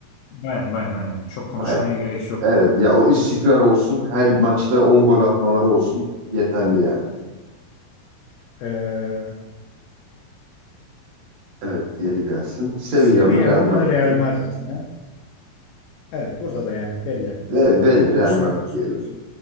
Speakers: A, on the left; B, on the right.
A: Bayern Bayern aynen. Çok konuşmaya
B: Bayern.
A: gerek yok.
B: Evet ya o istikrar olsun. Her maçta 10 gol atmaları olsun. Yeterli yani.
A: Ee,
B: Evet, diğeri gelsin. Sevilla
A: Sevilla
B: mı Real
A: mı
B: Madrid
A: Real
B: mi?
A: Madrid mi? Evet burada da yani belli.
B: Ve belli
A: Çok
B: Real
A: üstüne
B: Madrid
A: konuşmaya
B: diyelim.
A: gerek yok.